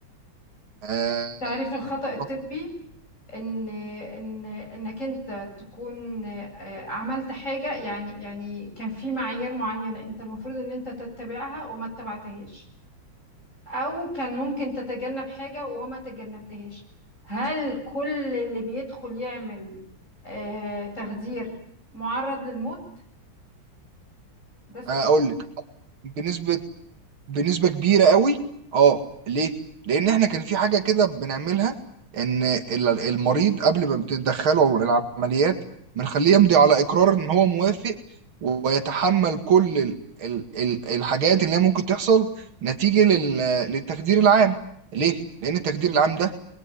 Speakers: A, on the right (about 80°); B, on the left (about 35°).
A: آه،
B: تعريف الخطأ
A: خطأ-
B: الطبي ان ان انك انت تكون آه، عملت حاجة يعني يعني كان في معايير معينة انت المفروض ان انت تتبعها وما اتبعتهاش او كان ممكن تتجنب حاجة وما تجنبتهاش هل كل اللي بيدخل يعمل آه، تخدير معرض للموت ده سؤال
A: آه، اقول لك بنسبة بنسبة كبيرة قوي اه ليه؟ لأن احنا كان في حاجة كده بنعملها إن ال- المريض قبل ما بتدخله العمليات بنخليه يمضي على إقرار إن هو موافق ويتحمل كل ال ال ال الحاجات اللي هي ممكن تحصل نتيجة لل للتخدير العام ليه؟ لأن التخدير العام ده